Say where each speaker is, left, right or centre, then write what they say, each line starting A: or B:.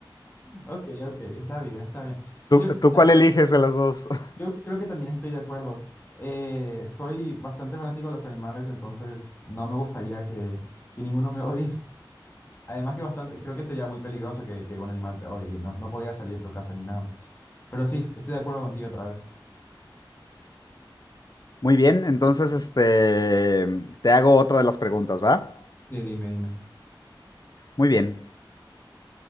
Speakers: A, on the left (about 25°); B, on the left (about 50°).
A: Ok, ok, está bien, está bien. Sí,
B: ¿Tú,
A: yo, creo
B: tú cuál eliges de las dos? <laughs>
A: yo creo que también estoy de acuerdo. Eh, soy bastante fanático de los animales, entonces no me gustaría que, que ninguno me odie. <laughs> Además que bastante, creo que sería muy peligroso que, que un animal te odie y no, no podría salir de tu casa ni nada. Pero sí, estoy de acuerdo contigo otra vez.
B: Muy bien, entonces este, te hago otra de las preguntas, ¿va?
A: Sí, dime, dime.
B: Muy bien.